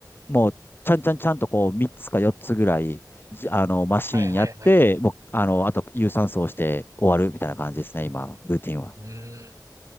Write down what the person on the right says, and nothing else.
はいはいはい。
うーん。